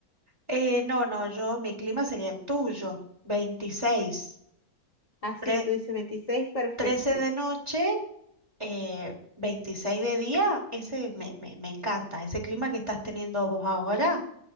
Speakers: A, on the right (about 15°); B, on the left (about 25°).
A: Eh, no, no, yo, mi clima sería el tuyo. 26,
B: Así,
A: Tre-
B: tú dices 26, perfecto.
A: 13 de noche, eh, 26 de día. Ese me, me, me encanta. Ese clima que estás teniendo vos ahora,